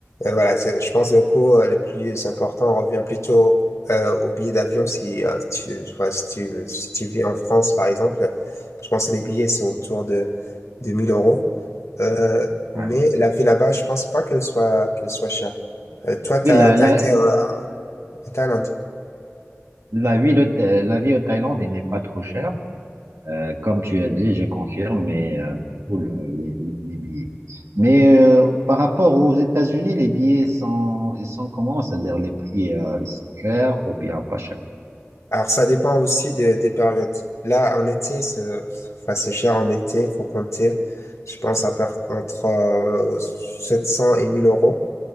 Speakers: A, on the left; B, on the right.
A: Euh, voilà, c'est- je pense que le coût euh, le plus important revient plutôt euh, au billet d'avion si, euh, tu, tu vois, si tu, si tu vis en France, par exemple. Je pense que les billets sont autour de, de 1000 euros. Euh,
B: voilà.
A: mais la vie là-bas, je pense pas qu'elle soit, qu'elle soit chère. Euh, toi, tu
B: Oui,
A: as,
B: la, la,
A: été euh, au Thaïlande.
B: la vie, au- la vie au Thaïlande, elle n'est pas trop chère. Euh, comme tu as dit, je confirme, mais euh, plutôt le, les, les- les billets. Mais euh, par rapport aux États-Unis, les billets sont, ils sont comment? C'est-à-dire les prix, euh, ils sont chers ou bien pas chers?
A: Alors, ça dépend aussi des, des périodes. Là, en été, c'est enfin, c'est cher en été. Il faut compter, je pense, à part, entre euh, 700 et 1000 euros,